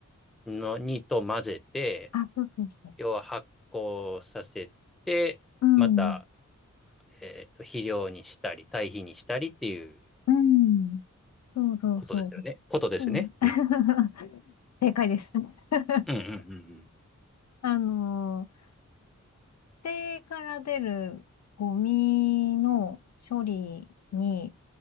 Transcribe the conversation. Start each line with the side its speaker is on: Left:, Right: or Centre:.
Centre: のにと混ぜて、
Left: あ、そうそうそ
Centre: 要は発酵させて、
Left: う。うん、
Centre: また、えっと、肥料にしたり、堆肥にしたりっていう
Left: うん、そうそうそう。
Centre: ことですよね。ことですね。
Left: そう
Centre: うん。
Left: <laughs> 正解です。<laughs>
Centre: うんうんうんうん。
Left: あのー家庭から出るゴミの処理に